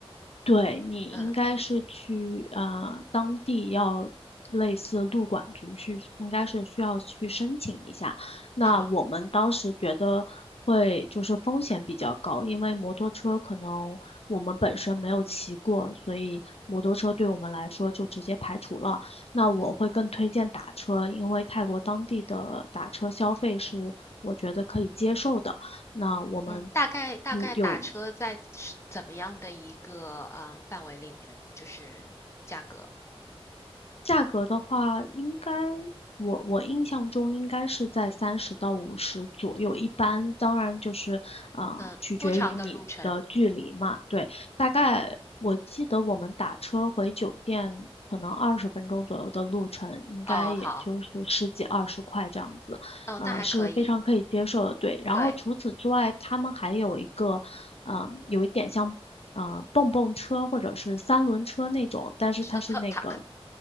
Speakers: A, on the left; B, on the left.
A: 对，你应该是去啊，
B: 嗯，
A: 当地要类似路管局去，应该是需要去申请一下。那我们当时觉得会就是风险比较高，
B: 好，
A: 因为摩托车可能我们本身没有骑过，所以摩托车对我们来说就直接排除了。那我会更推荐打车，
B: 嗯
A: 因为泰国当地的打车消费是我觉得可以接受的。那我们。
B: 嗯，大概大概打车在是怎么样的一个呃范围里面，
A: 有。
B: 就是价格，
A: 价格的话，应该我我印象中应该是在三十到五十左右，一般当然就是啊、
B: 嗯，
A: 取决于你的距离嘛。
B: 多长的路程？
A: 对，大概我记得我们打车回酒店可能二十分钟左右的路程，应该也就是十几二十块这样子，
B: 哦，好，嗯，
A: 呃，
B: 那还可以。
A: 是非常可以接受的。对，然后除此之外，
B: 对，
A: 他们还有一个，呃，有一点像。呃，蹦蹦车或者是三轮车那种，但是它是那个
B: 是呃，tuk tuk